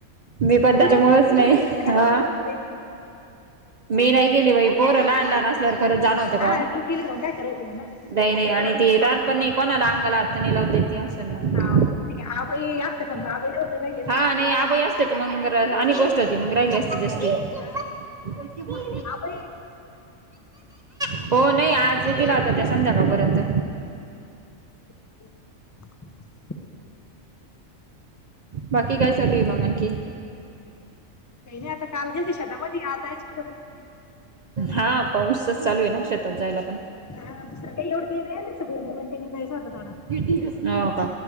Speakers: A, on the right (about 60°); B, on the left (about 25°).
A: मी पण त्या
B: तू काय
A: तमुळेळच नाही हा.
B: म्हणते?
A: हं <unintelligible> मी नाही गेली बाई, पोरं लहान लहान असल्यावर खरच जाणं
B: हा
A: काओ,
B: डुकीला घेऊन काय करत होतं ना
A: नाही
B: आता
A: नाही,
B: डुकीला
A: आणि ती लहानपणी
B: आप-
A: कोणाला अंगाला हात पण लावून नाही देत. असल मग.
B: हाव. आबाई असतं समजा आबाई ला होत राई
A: हा नाही, आबई असते तर मग आणि गोष्ट होती मग राहिली असती ती.
B: हा
A: कोण ती बोल
B: आबाई
A: <unintelligible> हो नाही, आज येतिल आता त्या संध्याकाळपर्यंत.
B: हं <inaudible>
A: बाकी काय चालूय मग आणखी.
B: काही नाही आता काल गेलते शेता मधी, आज जायचं होतं.
A: हा, पाऊसच चालू आहे ना शेतात जायला पण.
B: हा, दुसर काही ऐवढं ते नाय नुसतं, भुईमुग ते निघायचं होता तेवढा.
A: हो का.